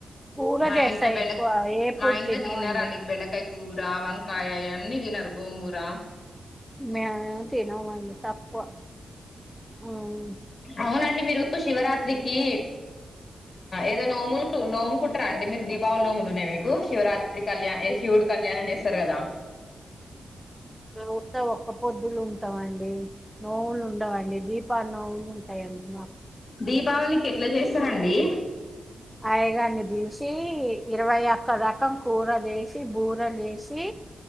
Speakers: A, in the centre; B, on the left.
A: కూర
B: మా
A: చేస్తాయి
B: ఇంట్లో బెండకాయ
A: ఎక్కువ ఏప్పుూడు
B: మా ఇంట్లో
A: తినవండి
B: తినరండి బెండకాయ కూర వంకాయ ఇవన్నీ తిినారు గోంగూర
A: మేము తినమండి తక్కువ ఉమ్
B: అవున అ మీరు శివరాత్రికి ఏదో నోములు నోము కుట్టారా అండి మీరు దీపావళి నోములు ఉన్నాయి మీకు శివరాత్రి కళ్యాణ
A: దీప
B: శివుడు కళ్యాణ అంట సరే కదా
A: ఉంటే ఒక్కపూట <unintelligible> పొద్దులు ఉంటాం అండి నోవులు ఉండవండి దీపా నోవులు ఉంటాయండి మాకు
B: దీపావళికి ఎట్లా చేస్తారండి
A: ఆయగార్ని పిలిసి ఇరవై ఒక్క రకం కూర చేసి బూర చేసి